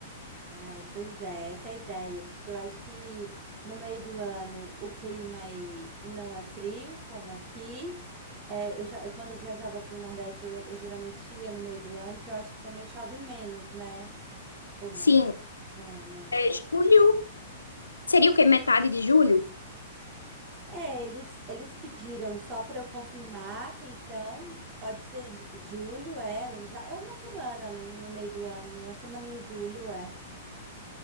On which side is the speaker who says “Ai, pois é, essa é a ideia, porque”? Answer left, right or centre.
Right